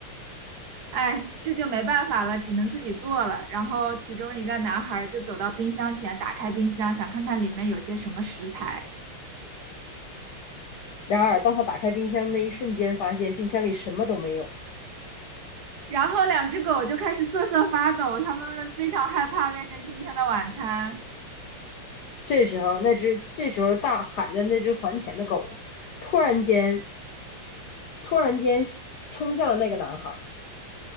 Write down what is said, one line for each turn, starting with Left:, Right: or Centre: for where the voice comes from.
Right: 哎，这就没办法了，只能自己做了。然后其中一个男孩儿就走到冰箱前，打开冰箱，想看看里面有些什么食材。
Left: 然而，当他打开冰箱那一瞬间，发现冰箱里什么都没有。
Right: 然后两只狗就开始瑟瑟发抖，它们非常害怕变成今天的晚餐。
Left: 这时候，那只这时候大喊着那只还钱的狗，突然间，突然间冲向了那个男孩。